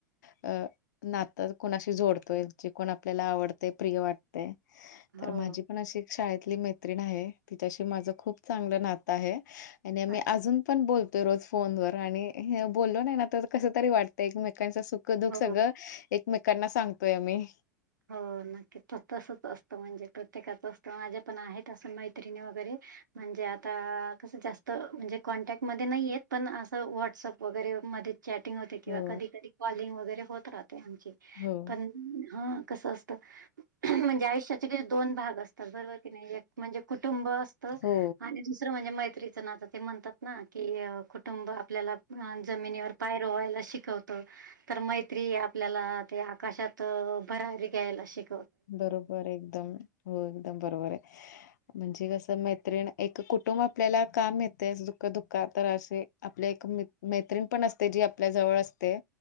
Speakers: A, on the left; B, on the right.
A: अ नात कोुणाशी जोडतोय जे कोण आपल्याला आवडते प्रिय वाटते.
B: हो
A: तर माझी पण अशी शाळेतली मैत्रिण आहे तिच्याशी माझं खूप चांगलं नातं आहे. आणि आम्ही
B: अच्छा
A: अजून पण बोलतोय रोज फोन वर आणि बोललो नाही आ कस तरी वाटतं एकमेकांचाख क दुक सगळं
B: हो
A: एकमेकांना सांगतोय मी
B: हो नक्की त तसच असतं म्हणजे प्रत्येकाच असतं माझ्या पण आहेत असं मैत्रिणी वगैरे म्हणजे आता कस जास्त म्हणजे कॉन्टॅक्टमध्ये नाहीेत पण असं व्हॉट्सअप वगैरे म चॅटिंग होते किंवा
A: हो
B: कधी कधी कॉलिंग वगैरे होत राहते आमची
A: हो
B: पण ह कस असत म्हणजे आयुष्याचे दोन भाग असतात बरोबर की नाही एक म्हणजे कुटुंब अस.
A: हो
B: आणि दुसरं म्हणजे मैत्रीचं ना तर ते म्हणतात ना की कुटुंब आपल्याला ह जमिनीवर पाय रोवायला शिकवत. तर मैत्री आपल्याला ते आकाशात भरारी घ्यायला शिक.
A: बरोबर एकदम हो एकदम बरोबर आहे. म्हणजे कसं मैत्रिण एक कुटुंब आपल्याला काम येत दुःख दुःख तर असे. आपल्या एक मैत्र्रीण पण असते जी आपल्या जवळ असते.